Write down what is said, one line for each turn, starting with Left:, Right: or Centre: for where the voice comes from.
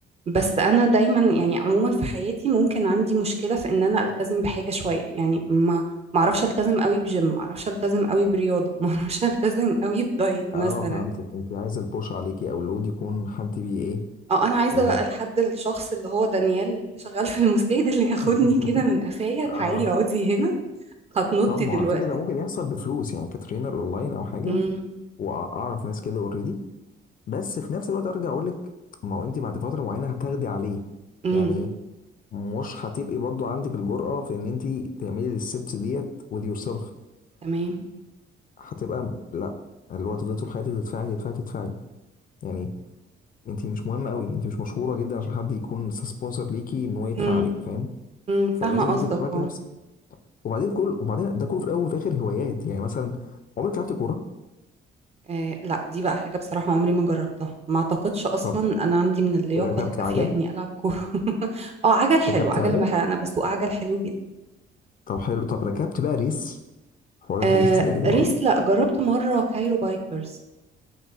Right: بس انا دايما يعني عموما في حياتي ممكن عندي مشكله في ان انا التزم بحاجه شويه يعني ما ما اعرفش التزم قوي بجيم ما اعرفش التزم قوي برياضه ما اعرفش <laughs> التزم قوي بدايت
Left: اه
Right: مثلا
Left: فهمتك انت عايزه البوش عليكي او اللود يكون حد بي ايه
Right: اه انا عايزه
Left: آم،
Right: بقى لحد الشخص اللي هو دانيال اللي شغال في المستشفى اللي
Left: <laughs>
Right: ياخدني كده من قفايا تعالي
Left: اه
Right: اقعدي هنا هتنطي
Left: طب ما
Right: دلوقتي
Left: هو على فكره ده ممكن يحصل بفلوس يعني كترينر اونلاين او حاجه
Right: امم
Left: واعرف ناس كده اوريدي بس في نفس الوقت ارجع اقول لك ما هو انت بعد فتره معينه هتاخدي عليه
Right: امم
Left: يعني ايه؟ مش هتبقي برضو عندك الجرأة في ان انت تعملي الستبس ديت with yourself
Right: تمام
Left: فهتبقى لا اللي هو تفضلي طول حياتك تدفعي تدفعي تدفعي يعني انت مش مهمة قوي انت مش مشهورة جدا عشان حد يكون سبونسر ليكي ان هو يدفع
Right: امم
Left: عليك فاهم
Right: امم فاهمه
Left: فلازم
Right: قصدك
Left: انت تحركي
Right: اه
Left: نفسك وبعدين كل وبعدين ده كله في الاول وفي الاخر هوايات يعني مثلا عمرك لعبت كورة
Right: آه لا دي بقى حاجة بصراحة عمري ما جربتها ما اعتقدش اصلا
Left: طب
Right: انا عندي من اللياقة
Left: ركبت
Right: الكافية
Left: عجل
Right: اني العب كورة <laughs> اه عجل حلو
Left: ركبت
Right: عجل
Left: عجل
Right: بح- انا بسوق عجل حلو جدا
Left: طب حلو طب ركبت بقى ريس حوار
Right: آه
Left: الريس ده اللي هو
Right: ريس لا جربت مرة كايرو بايكرز